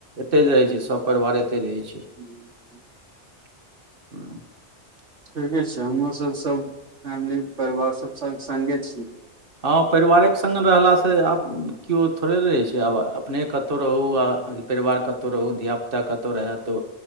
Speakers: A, on the right; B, on the right.
A: एत्तै रहय छैय सब परिवार एत्तै रहय छैय
B: <inaudible>
A: <inaudible>
B: ठीके छैय हमहुँ सब सब फैमिली परिवार सब साथ संगे छी
A: हँ परिवारक संग रहला स आब कियो थोड़े रहै छैय आब अपने कतु रहू आ अथी परिवार कतु रहू धियापुता कतौ रहे तो